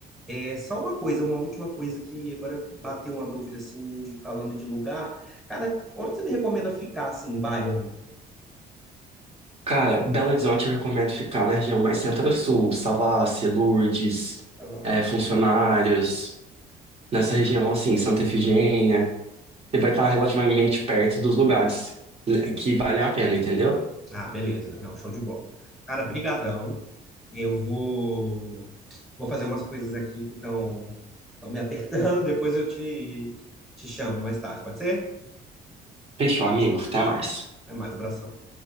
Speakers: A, in the centre; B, on the right.
A: É só uma coisa, uma última coisa que agora bateu uma dúvida assim, falando de lugar. Cara, onde você me recomenda ficar assim, em bairro?
B: Cara, Belo Horizonte eu recomendo ficar na região mais centro-sul, Savassi, Lourdes,
A: Pra lá?
B: eh, Funcionários, nessa região assim, Santa Efigênia. Você vai estar relativamente perto dos lugares né, que valem a pena, entendeu?
A: Ah, beleza. Não, show de bola. Cara, brigadão. Eu vou vou fazer umas coisas aqui que estão estão me apertando. <laughs> Depois eu te te chamo mais tarde, pode ser?
B: Fechou, amigo. Até mais.
A: Até mais, abração.